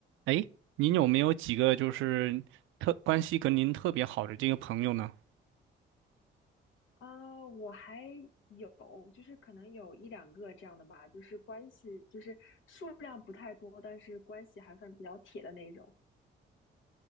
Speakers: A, on the right (about 80°); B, on the left (about 75°).
A: 哎，您有没有几个就是特关系跟您特别好的这个朋友呢？
B: 啊，我还有，就是可能有一两个这样的吧，就是关系，就是数量不太多，但是关系还算比较铁的那一种。